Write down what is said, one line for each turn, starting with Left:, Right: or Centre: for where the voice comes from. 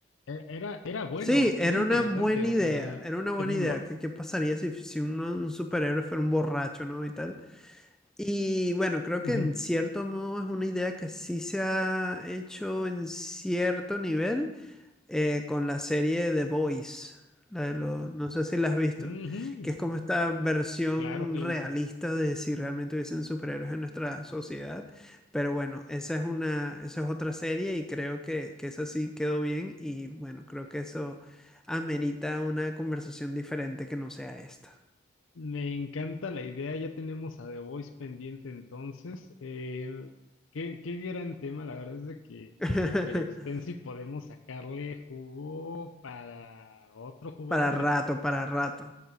Left: e- era, era bueno,
Centre: Sí, era
Left: era interesante,
Centre: una buena
Left: o
Centre: idea.
Left: sea,
Centre: Era una buena
Left: tenía
Centre: idea.
Left: un lore.
Centre: ¿Qué, qué pasaría si, si un, un superhéroe fuera un borracho, ¿no? Y tal. Y bueno, creo que
Left: Ujú,
Centre: en cierto modo es una idea que sí se ha hecho en cierto nivel. eh, con la serie The Boys. La de lo- no sé si la has visto,
Left: ujú,
Centre: que es como esta versión
Left: claro que
Centre: realista
Left: la he visto.
Centre: de si realmente hubiesen superhéroes en nuestra sociedad. Pero bueno, esa es una, esa es otra serie y creo que, que esa sí quedó bien y bueno, creo que eso amerita una conversación diferente que no sea esta.
Left: Me encanta la idea, ya tenemos a The Voice pendiente entonces. Eh, qué, qué gran tema, la verdad es de que
Centre: <laughs>
Left: es súper extenso y podemos sacarle jugo para otro jugo
Centre: Para
Left: verde,
Centre: rato, para rato.